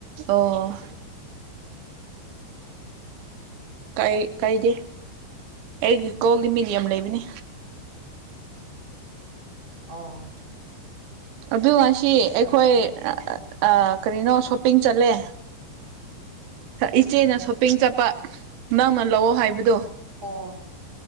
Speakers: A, on the right; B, on the right.
A: ꯑꯣ ꯀꯩ ꯀꯥꯏꯗꯦ ꯑꯩꯒꯤ ꯀꯣꯜꯗꯤ ꯃꯤꯗꯤ ꯌꯥꯝ ꯂꯩꯕꯅꯤ
B: ꯑꯣ
A: ꯑꯗꯨ ꯉꯁꯤ
B: ꯑꯗꯨꯁꯨ ꯑꯣꯏꯔꯝꯅꯤ
A: ꯑꯩꯈꯣꯏ ꯑꯥ ꯀꯔꯤꯅꯣ ꯁꯣꯞꯄꯤꯡ ꯆꯠꯂꯦ ꯏꯆꯦꯅ
B: ꯑꯥ
A: ꯁꯣꯞꯄꯤꯡ ꯆꯠꯄ ꯅꯪꯅ ꯂꯧꯑꯣ ꯍꯥꯏꯕꯗꯣ
B: ꯑꯣ